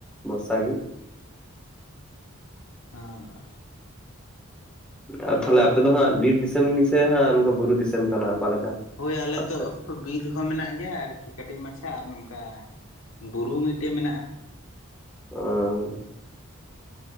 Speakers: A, in the centre; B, on the left.
A: ᱵᱚᱨᱥᱟ ᱜᱮ᱾
B: ᱦᱮᱸ
A: ᱟᱨ ᱛᱟᱦᱞᱮ ᱟᱯᱮ ᱫᱚ ᱦᱟᱸᱜ ᱵᱤᱨ ᱫᱤᱥᱚᱢ ᱜᱮ ᱥᱮ ᱦᱟᱸᱜ ᱱᱚᱝᱠᱟ ᱵᱩᱨᱩ ᱫᱤᱥᱚᱢ ᱠᱟᱱᱟ ᱚᱠᱟᱞᱮᱠᱟ
B: ᱦᱳᱭ ᱟᱞᱮ
A: ᱟᱯᱮ
B: ᱫᱚ
A: ᱥᱮᱫ
B: ᱵᱤᱨ ᱦᱚᱸ ᱢᱮᱱᱟᱜ ᱜᱮᱭᱟ ᱟᱹᱨᱠᱤ ᱠᱟᱹᱴᱤᱡ ᱢᱟᱪᱷᱟ, ᱟᱨ ᱱᱚᱝᱠᱟ ᱵᱩᱨᱩ ᱢᱤᱫᱴᱮᱡ ᱢᱮᱱᱟᱜᱼᱟ᱾
A: ᱚᱻ